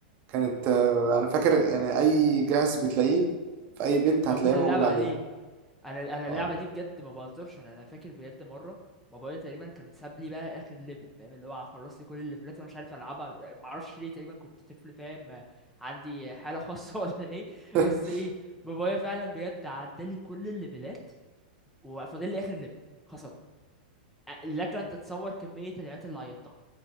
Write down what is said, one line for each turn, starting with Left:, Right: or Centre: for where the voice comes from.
Right: كانت آه، انا فاكر يعني اي جهاز بتلاقيه في اي بيت
Centre: موجوده
Right: هتلاقيه موجود
Centre: اللعبه
Right: عليه
Centre: عليه انا انا
Right: اه
Centre: اللعبه دي بجد ما بهزرش انا انا فاكر بجد مره بابايا تقريبا كان ساب لي بقى اخر ليفل فاهم اللي هو خلص لي كل الليفلات وانا مش عارف العبها ما اعرفش ليه تقريبا كنت طفل فاهم آه، عندي حاله خاصه <laughs> ولا ايه
Right: <laughs>
Centre: بس ايه بابايا فعلا بجد عدى لي كل الليفلات وفاضل لي اخر ليفل خسرت أ- لك ان تتصور كميه العياط اللي عيطتها